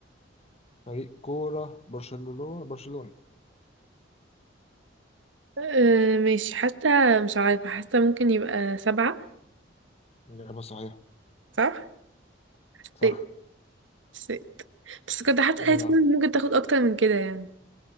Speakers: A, on the left; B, on the right.
A: فريق كورة برشلونة برشلونة
B: آه، ماشي حاسة مش عارفة حاسة ممكن يبقى سبعة
A: إجابة صحيحة
B: صح حسيت
A: صح
B: حسيت بس كنت حاسة
A: جدع
B: هيدفون ممكن تاخد اكتر من كده يعني